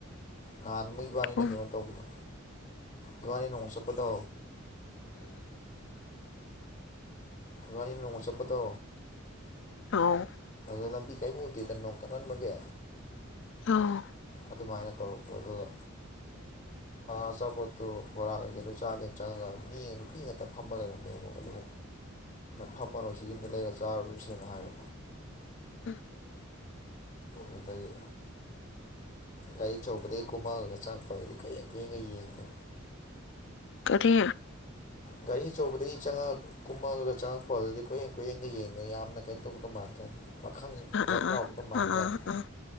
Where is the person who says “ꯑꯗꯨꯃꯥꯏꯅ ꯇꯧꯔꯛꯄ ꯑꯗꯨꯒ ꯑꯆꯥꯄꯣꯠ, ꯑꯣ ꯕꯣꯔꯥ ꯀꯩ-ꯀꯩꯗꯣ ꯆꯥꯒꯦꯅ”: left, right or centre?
Left